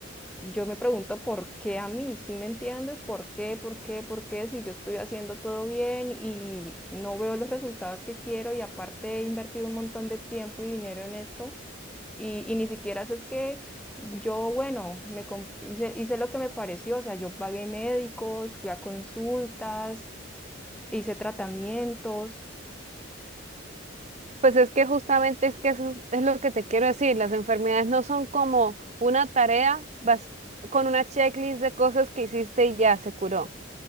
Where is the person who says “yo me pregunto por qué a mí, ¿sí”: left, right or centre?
Centre